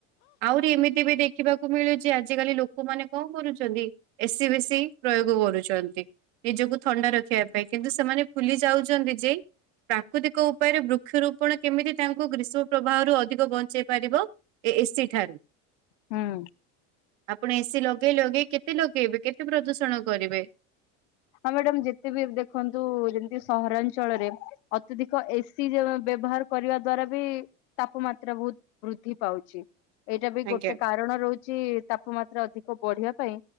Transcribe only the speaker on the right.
ଆହୁରି ଏମିତି ବି ଦେଖିବାକୁ ମିଳୁ ଯେ ଆଜିକାଲି ଲୋକମାନେ କଣ କରୁଛନ୍ତି ଏସି ବସିି ପ୍ରୟୋଗ କରୁଛନ୍ତି ନିଜକୁ ଥଣ୍ଡା ରଖିବା ପାଇଁ ପାଇଁ କିନ୍ତୁ ସେମାନେ ଫୁଲି ଯାଉଛନ୍ତି ଯେ ପ୍ରାକୃତିକ ଉପାୟରେ ବୃକ୍ଷରୋପଣ କେମିତି ତାଙ୍କୁ ଗ୍ରୀଷ୍ମ ପ୍ରବାହରୁ ଅଧିକ ବଞ୍ଚେଇ ପାରିବ। ଏ ଏସି ଠାରୁ
ଆପଣ ଏସିି ଲଗେଇ ଲଗେଇ କେତେ ଲଗେଇବେ କେତେ ପ୍ରଦୂଷଣ କରିବେ।
ଆଜ୍ଞା